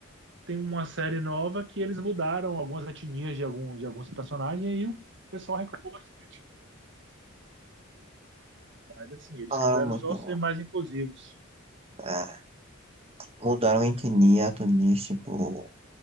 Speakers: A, on the right (about 60°); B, on the right (about 30°).
A: Tem uma série nova que eles mudaram algumas etnias de, algum, de alguns personagens e o pessoal reclamou bastante. Mas assim, eles
B: Falaram
A: quiseram
B: muito,
A: só ser mais inclusivos.
B: é, mudaram a etnia, etnias, tipo,